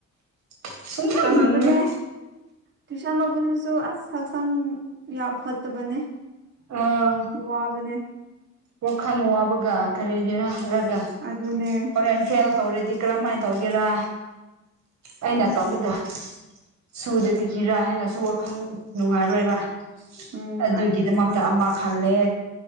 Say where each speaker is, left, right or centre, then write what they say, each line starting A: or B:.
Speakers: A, on the right; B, on the right.
A: ꯁꯨꯡꯉꯝ
B: ꯀꯪꯕꯅꯦ
A: ꯉꯝꯔꯣꯏ
B: ꯇ꯭ꯏꯁꯟ ꯂꯧꯕꯁꯤꯁꯨ ꯑꯁ ꯁꯛꯁꯪ ꯌꯥ ꯐꯠꯇꯕꯅꯦ
A: ꯑꯥ
B: ꯁꯋꯥꯕꯅꯦ
A: ꯋꯥꯈꯜ ꯋꯥꯕꯒ ꯀꯔꯤꯒꯤꯔ ꯍꯥꯢꯔꯒ
B: ꯑꯗꯨꯅꯦ
A: ꯍꯣꯔꯦꯟ ꯐꯦꯜ ꯇꯧꯔꯗꯤ ꯀꯔꯝ ꯃꯥꯏ ꯇꯧꯒꯦꯔꯥ ꯑꯩꯅ ꯇꯝꯕꯗ ꯁꯨꯗꯕꯤꯒꯤꯔꯥ ꯍꯥꯏꯅꯁꯨ ꯋꯥꯈꯜ ꯅꯨꯡꯉꯥꯏꯔꯣꯏꯕ
B: ꯎꯝ
A: ꯑꯗꯨꯒꯤꯗꯃꯛꯇ
B: ꯑꯗꯨꯅꯦꯕ
A: ꯑꯃ ꯈꯜꯂꯦ